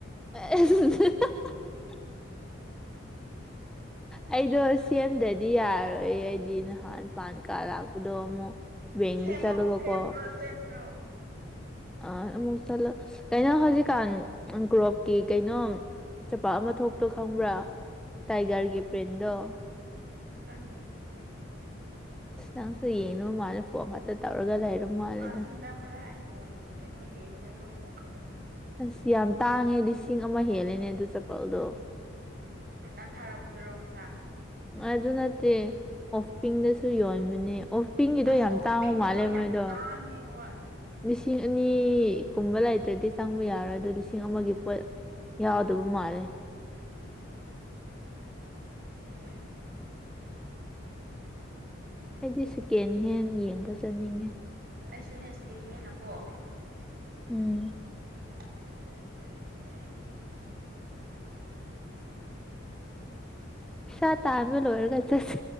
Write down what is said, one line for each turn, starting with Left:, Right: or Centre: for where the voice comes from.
Centre: <inaudible> ꯑꯩꯗꯣ ꯁꯦꯝꯗ꯭ꯔꯗꯤ ꯌꯥꯔꯣꯏ ꯑꯩ ꯑꯩꯗꯤ ꯅꯍꯥꯟ ꯄꯥꯟ ꯀꯥ ꯂꯥꯛꯄꯗꯣ ꯑꯃꯨꯛ ꯕꯦꯡꯗ
Right: ꯁꯦꯝꯃ
Centre: ꯆꯠꯂꯒꯀꯣ
Right: ꯁꯦꯝꯈ꯭ꯔꯣ ꯁꯦꯝꯈ꯭ꯔꯣ
Centre: ꯑ ꯑꯃꯨꯛ ꯆꯠꯂ ꯀꯩꯅꯣ ꯍꯧꯖꯤꯛꯀꯥꯟ ꯒ꯭ꯔꯣꯞꯀꯤ ꯀꯩꯅꯣ ꯆꯄꯥꯛ ꯑꯃ ꯊꯣꯛꯇꯣ ꯈꯪꯕ꯭ꯔꯥ ꯇꯥꯏꯒꯔꯒꯤ ꯄ꯭ꯔꯦꯟꯗꯣ
Right: ꯀꯪꯗ
Centre: ꯑꯁ ꯅꯪꯁꯨ ꯌꯦꯡꯅꯕ ꯃꯥꯜꯂꯦ ꯐꯣꯟ ꯈꯛꯇ ꯇꯧꯔꯒ ꯂꯩꯔ ꯃꯥꯜꯂꯦꯗ
Right: ꯑ ꯁꯟꯗꯡ ꯃꯔꯔꯥ ꯑꯩ ꯐꯣꯟ ꯀꯩꯅꯣ ꯌꯦꯡꯗ꯭ꯔꯕ ꯐꯣꯟ ꯈ
Centre: ꯑꯁ ꯌꯥꯝ ꯇꯥꯡꯉꯦ ꯂꯤꯁꯤ ꯆꯤꯡ ꯑꯃ ꯍꯦꯜꯂꯦꯅꯦ ꯑꯗꯨ ꯆꯄꯜꯗꯣ
Right: ꯅꯪ ꯊꯥꯔꯛꯄꯗꯨꯔꯣ ꯉꯁꯥꯏ
Centre: ꯑꯗꯨ ꯅꯠꯇꯦ ꯑꯣꯐꯄꯤꯡꯗꯁꯨ ꯌꯣꯟꯕꯅꯦ ꯑꯣ ꯄꯤꯡꯒꯤꯗꯣ
Right: ꯑꯁ
Centre: ꯌꯥꯝ
Right: ꯑꯣꯐ
Centre: ꯇꯥꯡꯕ
Right: ꯄꯤꯡꯒꯤꯗꯣ
Centre: ꯃꯥꯜꯂꯦ
Right: ꯌꯥꯝ
Centre: ꯃꯣꯏꯗꯣ
Right: ꯇꯥꯡꯉꯦ ꯍꯣꯏ
Centre: ꯂꯤꯁꯤꯡ ꯑꯅꯤꯒꯨꯝꯕ ꯂꯩꯇ꯭ꯔꯗꯤ ꯆꯪꯕ ꯌꯥꯔꯣꯏ ꯑꯗꯨꯗ ꯂꯤꯁꯤꯡ ꯑꯃꯒꯤ ꯄꯣꯠ ꯌꯥꯎꯗꯕ ꯃꯥꯂꯦ
Right: ꯑꯗꯨꯅꯦ
Centre: ꯑꯩꯗꯤ ꯁꯦꯀꯦꯟ ꯍꯦꯟ ꯌꯦꯡꯕ ꯆꯠꯅꯤꯡꯉꯦ
Right: ꯑꯩꯁꯨ ꯅꯦꯁꯀꯦ ꯍꯦꯟꯅꯀꯣ
Centre: ꯎꯝ
Right: <unintelligible>
Centre: ꯁꯥ ꯇꯥꯃꯦ ꯂꯣꯏ ꯑꯣꯏꯔꯒ ꯆꯁꯤ